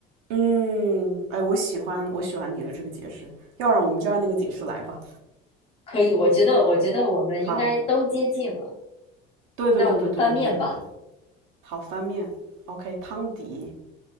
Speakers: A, on the right; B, on the left.
A: 嗯，哎，我喜欢我喜欢你的这个解释，要不然我们就按那个解释来吧。
B: 可以，我觉得，我觉得我们应该都接近了。
A: 好，对对对对对对对对对，
B: 那我们翻面吧。
A: 好翻面，OK，汤底。